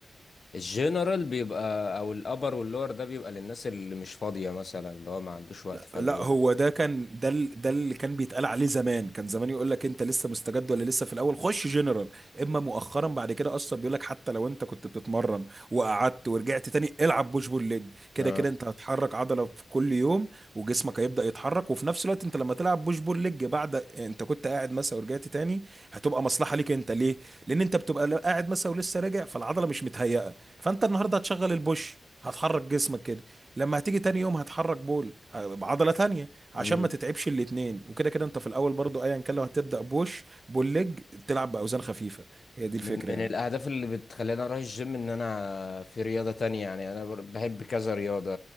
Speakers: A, on the left; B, on the right.
A: الجنرال بيبقى او الابر واللور ده بيبقى للناس اللي مش فاضية مثلا اللي هو ما عندوش وقت فبيلعب
B: لا هو ده كان ده ال- ده اللي كان بيتقال عليه زمان كان زمان يقول لك انت لسه مستجد ولا لسه في الاول خش جنرال اما مؤخرا بعد كده اصلا بيقول لك حتى لو انت كنت بتتمرن وقعدت ورجعت تاني العب بوش بول ليج كده
A: اه
B: كده انت هتحرك عضله في كل يوم وجسمك هيبدا يتحرك وفي نفس الوقت انت لما تلعب بوش بول ليج بعد انت كنت قاعد مثلا ورجعت تاني هتبقى مصلحه ليك انت ليه لان انت بتبقى قاعد مثلا ولسه راجع فالعضله مش متهيئه فانت النهارده هتشغل البوش هتحرك جسمك كده لما هتيجي تاني يوم هتحرك بول ه- بعضله تانية عشان
A: امم
B: ما تتعبش الاتنين وكده كده انت في الاول برضو ايا كان لو هتبدا بوش بول ليج تلعب باوزان خفيفه هي دي الفكره
A: من من
B: يعني
A: الأهداف اللي بتخليني أروح الجيم إن أنا في رياضة تانية يعني أنا بر- بحب كذا رياضة